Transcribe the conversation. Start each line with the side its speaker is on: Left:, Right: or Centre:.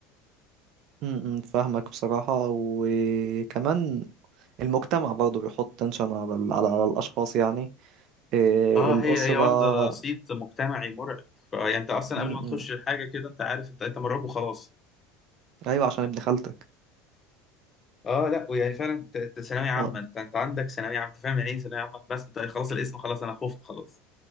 Right: م- م، فاهمك بصراحة وكمان المجتمع برضه بيحط تنشن على ال- على على الأشخاص يعني إيه
Left: اه
Right: الأسرة
Left: هي هي واخدة صيت مجتمعي مرعب فيعني انت اصلا
Right: م-
Left: قبل ما
Right: م.
Left: تخش الحاجة كده انت عارف انت انت مرعوب وخلاص
Right: أيوة عشان ابن خالتك
Left: اه لا ويعني فعلا انت انت ثانوية عامة
Right: آه،
Left: انت انت عندك ثانوية عامة انت فاهم يعني ايه ثانوية عامة بس انت خلاص الاسم خلاص انا خفت خلاص